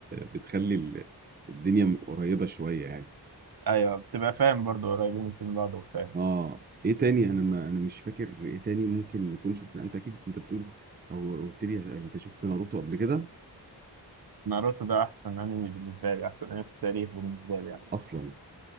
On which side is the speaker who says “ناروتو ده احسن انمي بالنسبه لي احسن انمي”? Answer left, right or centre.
Right